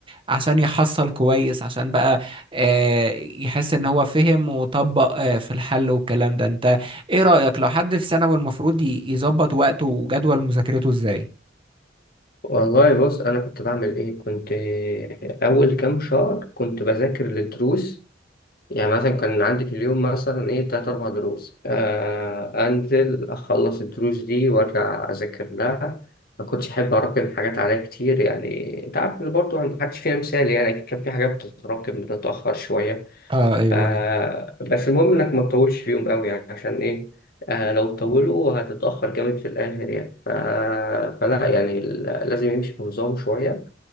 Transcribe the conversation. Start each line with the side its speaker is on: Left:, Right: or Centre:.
Right: عشان يحصل كويس عشان بقى آه يحس إن هو فهم وطبق آه في الحل والكلام ده أنت إيه رأيك لو حد في ثانوي المفروض ي- يظبط وقته وجدول مذاكرته إزاي؟
Left: والله بص انا كنت بعمل ايه كنت اول كام شهر كنت بذاكر للدروس يعني مثلا كان عندي في اليوم مثلا ايه تلات اربع دروس آه انزل اخلص الدروس دي وارجع اذاكر لها ما كنتش احب اراكم حاجات عليا كتير يعني انت عارف ان برضه محدش فينا مثالي يعني كان في حاجات بتتراكم بتتاخر شويه
Right: اه ايوه
Left: ف-
Right: ايوه
Left: بس المهم انك ما تطولش فيهم قوي يعني عشان ايه آه لو طولوا هتتأخر جامد في الآخر يعني ف... فلا يعني ال- لازم يمشي بنظام شوية